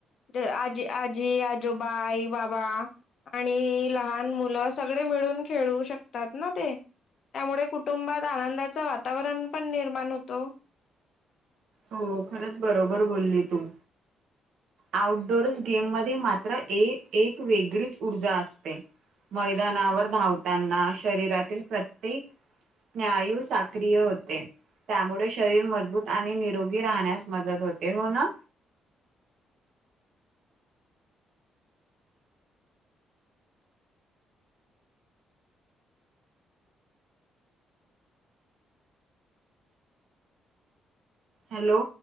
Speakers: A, on the left; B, on the right.
A: ते आजी आजी आजो बाई बाबा आणि लहान मुलं सगळे मिळून खेळू शकतात ना ते त्यामुळे कुटुंबात आनंदाच वातावरण पण निर्माण होतो
B: हो खरंच बरोबर बोलली तू आउटडोर गेम मध्ये मात्र एक वेगळीच ऊर्जा असते मैदानावर धावताना शरीरातील प्रत्येक यू साक्रीिय होते त्यामुळे शरीर मजबूत आणि दोघी राहण्यास मदत होते हो ना हॅलो